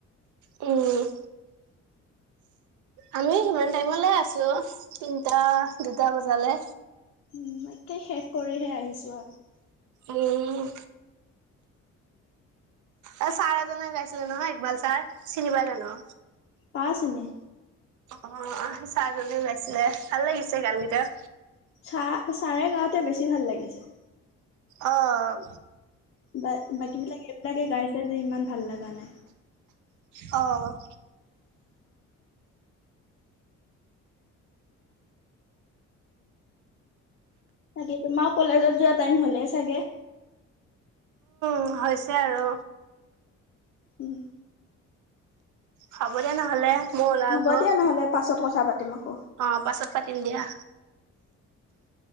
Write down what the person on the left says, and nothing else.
উম একে শেষ কৰিহে আহিছো আৰু।
পাঁও চিনি।
চা চাৰে গাওঁতে বেছি ভাল লাগিছে।
বা বাকী বিলাক, এইবিলাকে গাইছে যে, ইমান ভাল লগা নাই।
তাকে তোমাৰ কলেজত যোৱা টাইম হলেই চাগে?
উম।
হ'ব
দিয়া নহ'লে পাছত কথা পাতিম। আকৌ